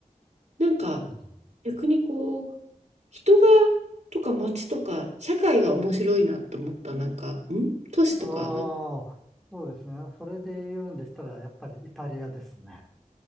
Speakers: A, on the right (about 60°); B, in the centre.
A: なんか、
B: うん。
A: 逆にこう、人が、とか街とか、社会が面白いなと思った。なんか、ん都市とか、
B: ああ、
A: なんかイ
B: そうですね。それで言うんでしたら、やっぱりイタリアですね。